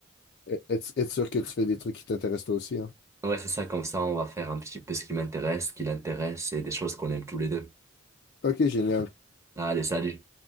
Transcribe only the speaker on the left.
Et- Être, être sûr que tu fais des trucs qui t'intéressent toi aussi, hein.
OK, génial.